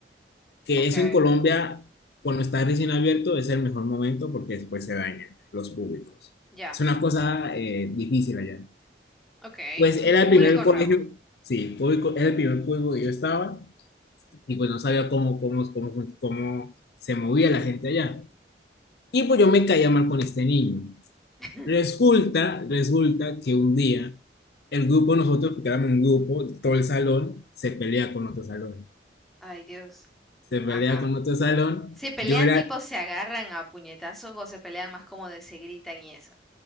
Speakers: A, on the left (about 60°); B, in the centre.
A: que
B: ok,
A: eso en Colombia, cuando está recién abierto, es el mejor momento porque después se dañan los públicos.
B: ya,
A: Es una cosa eh, difícil allá.
B: ok,
A: Pues
B: un
A: era
B: público
A: el primer colegio,
B: nuevo.
A: sí, público, era el primer público que yo estaba y pues no sabía cómo, cómo, cómo, cómo se movía la gente allá. Y pues yo me caía mal con este niño.
B: <laughs>
A: Resulta, resulta que un día el grupo, nosotros, porque éramos un grupo, todo el salón, se pelea con otro salón.
B: Ay, Dios,
A: Se pelea
B: ajá.
A: con otro salón.
B: ¿Se pelean
A: Yo era...
B: tipo se agarran a puñetazos o se pelean más como de se gritan y eso?